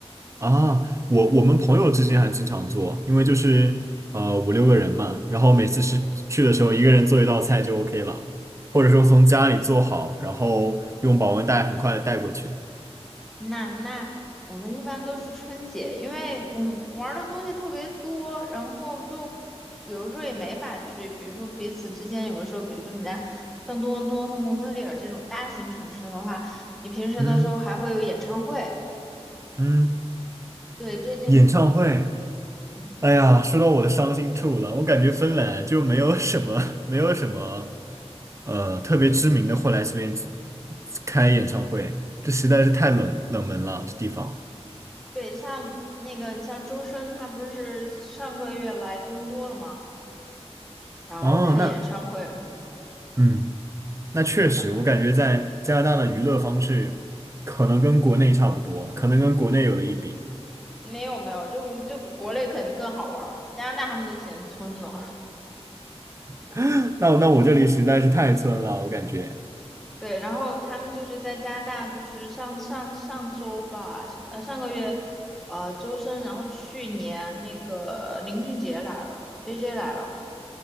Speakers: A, on the right; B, in the centre.
A: 啊，我我们朋友之间还经常做，因为就是呃五六个人嘛，然后每次是去的时候一个人做一道菜就 OK 了，或者说从家里做好，然后用保温袋很快的带过去。
B: 那那我们一般都是春节，因为我们玩儿的东西特别多，然后就有时候也没法去，比如说彼此之间，有的时候，比如说你在像多伦多和蒙特利尔这种大型城市的话，你平时的时候还会有演唱会。
A: 嗯嗯，
B: 对，最近，
A: 演唱会，
B: 嗯，
A: 哎呀，说到我的伤心处了，我感觉芬兰就没有什么 <laughs> 没有什么呃特别知名的会来这边开演唱会，这实在是太冷冷门了，这地方。
B: 对，像那个你像周深，他不是上个月来多伦多了吗？然后开演唱会，
A: 哦，那。嗯。那确实，
B: 啊，
A: 我感觉在加拿大的娱乐方式可能跟国内差不多，可能跟国内有的一比。
B: 没有没有，就就比国内肯定更好玩儿，加拿大他们都嫌村呢。
A: <laughs> 那我那我这里实在是太村了，我感觉。
B: 对，然后他们就是在加拿大，就是上上上周吧，上呃上个月，呃周深，然后去年那个林俊杰来了，JJ 来了，